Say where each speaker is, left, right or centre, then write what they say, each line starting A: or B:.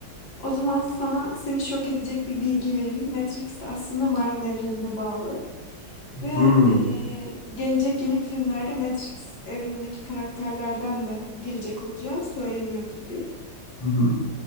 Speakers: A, on the left; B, on the left.
A: O zaman sana seni şok edecek bir bilgi vereyim. Matrix de aslında Marvel evrenine bağlı. Ve
B: Hmm,
A: eee, gelecek yeni filmlerde Matrix evrenindeki karakterlerden de girecek olacağı söyleniyor tabii.
B: Hı hı.